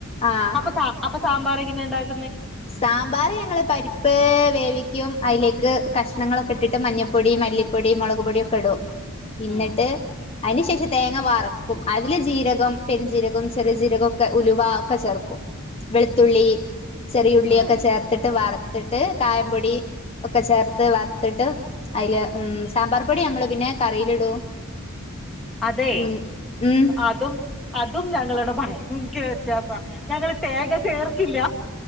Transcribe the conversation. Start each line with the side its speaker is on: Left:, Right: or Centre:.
Left: ആഹ്
Centre: അപ്പൊ അപ്പൊ സാമ്പാർ എങ്ങനുണ്ടാക്കാ
Left: സാമ്പാർ ഞങ്ങള് പരിപ്പ് വേവി ക്കും അതിലേക്ക് കഷ്ണങ്ങളൊക്കെ ഇട്ടിട്ട് മഞ്ഞൾപ്പൊടി, മല്ലിപ്പൊടി, മുളക്പൊടിയൊക്കെയിടും എന്നിട്ട്
Centre: ഉം
Left: അതിനുശേഷം തേ ങ്ങ വറക്കും അതില് ജീരകം, പെരുംജീരകം, ചെറിയ ജീരകം, ഒക്കെ ഉലുവാ ഒക്കെ ചേർക്കും വെളുത്തുള്ളി ചെറിയുള്ളിയൊക്കെ
Centre: ഉം
Left: ചേർത്തിട്ട് വറുത്തിട്ട് കായംപൊടി ഒക്കെ ചേർത്ത് വറുത്തിട്ട് അതില് ഉം സാമ്പാർ പൊടി നമ്മള് പിന്നെ കറിയിലിടും
Centre: അതെ
Left: ഉം ഉം
Centre: അതും അതും ഞങ്ങളുടെ ഭയ യങ്കര വ്യത്യാസവാ ഞങ്ങള് തേങ്ങ ചേർക്കില്ല